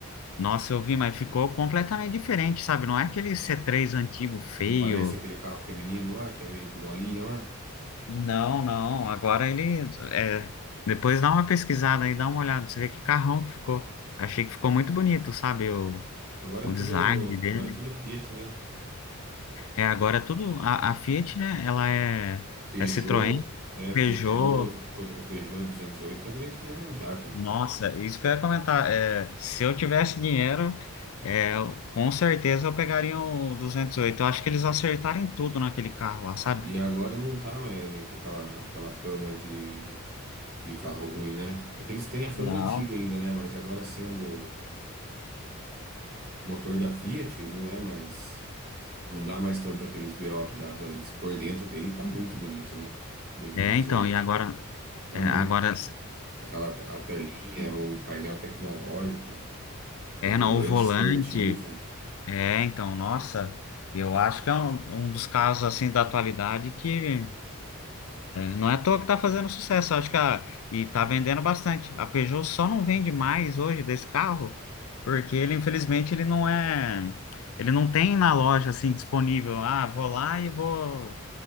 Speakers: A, on the left; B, on the right.
A: Nossa, eu vi, mas ficou completamente diferente, sabe? Não é aquele C3 antigo, feio.
B: Não parece aquele carro feminino lá, que é meio de bolinha lá?
A: Não, não. Agora ele. é, depois dá uma pesquisada aí, dá uma olhada, você vê que carrão que ficou. Achei que ficou muito bonito, sabe? O,
B: Agora
A: o
B: é tudo,
A: design dele.
B: agora é tudo Fiat, né?
A: É, agora é tudo. A, a Fiat, né? Ela é,
B: Peugeot,
A: é Citroën,
B: é, Peugeot,
A: Peugeot.
B: ficou- o Peugeot 208 tá bonito pra arrebentar, cara.
A: Nossa, isso que eu ia comentar. É, se eu tivesse dinheiro, é, eu- com certeza eu pegaria o 208. Eu acho que eles acertaram em tudo naquele carro lá, sabe?
B: E agora não tá mais com aquela, aquela fama de, de carro ruim, né? É que eles têm a fama
A: Não.
B: antiga ainda, né? Mas agora sendo motor da Fiat, não é mais. Não dá mais tanto aqueles B o que dava antes. Por dentro dele tá muito bonito, né? Do 208.
A: É, então, e agora.
B: Tá
A: É,
B: muito.
A: agora.
B: Aquela t- a telinha, o painel tecnológico, o
A: É,
B: volante
A: não, o volante.
B: esportivo,
A: É, então, nossa. Eu acho que é um, um dos carros assim da atualidade que. Não é à toa que tá fazendo sucesso, acho que a, e tá vendendo bastante. A Peugeot só não vende mais hoje desse carro, porque ele, infelizmente, ele não é, ele não tem na loja assim disponível. Ah, vou lá e vou,